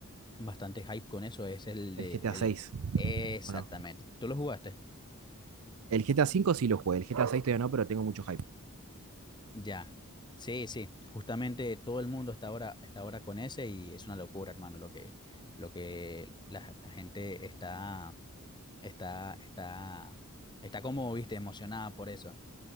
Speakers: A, on the left; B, on the right.
A: bastante hype con eso, es el
B: El
A: de,
B: GTA
A: el
B: 6,
A: de- Exactamente,
B: ¿o no?
A: ¿tú lo jugaste?
B: El GTA 5 sí lo jugué, el GTA 6 todavía no, pero tengo mucho hype.
A: Ya, sí, sí, justamente todo el mundo está ahora, está ahora con ese y es una locura, hermano, lo que, lo que la, la gente está, está, está, está como, viste, emocionada por eso.